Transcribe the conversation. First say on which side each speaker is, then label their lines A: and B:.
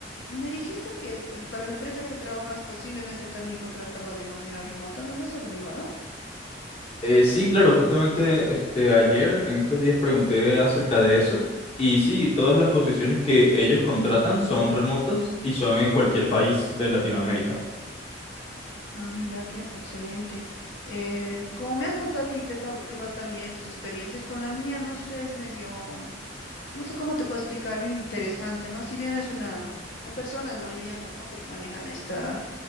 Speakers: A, on the left (about 65°); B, on the left (about 30°).
A: Me dijiste que el- para la empresa que trabajas posiblemente también contrataba de manera remota. ¿Me lo has averiguado?
B: Eh, sí, claro, justamente este, ayer en estos días pregunté acerca de eso y sí, todas las posiciones que ellos contratan son remotas y son en cualquier país de Latinoamérica.
A: Ah, mira, qué excelente. Eh, como me has contado a ti, te, ta- te va también tus experiencias con la mía, no sé, es medio, no sé cómo te puedo explicar, bien interesante, ¿no? Si bien es una, o personas bolivianas, ¿no? Que manejan esta,